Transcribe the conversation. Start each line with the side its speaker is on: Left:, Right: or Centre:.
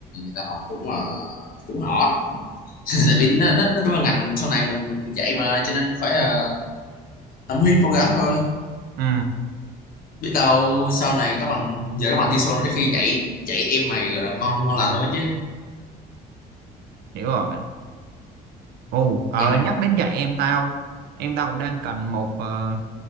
Left: ta học cũng là cũng họ <laughs> tại vì nó nó nó trong là ngành sau này mình mình mình dạy mà cho nên phải ờ, tâm huyết cố gắng thôi
Right: ừ
Left: biết đâu sau này các bạn giờ các bạn TESOL này khi dạy dạy em mày rồi là ngon ngon lành thôi chứ
Right: hiểu rồi ồ ờ,
Left: em mày
Right: nhắc đến dạy em tao em tao cũng đang cần một ờ,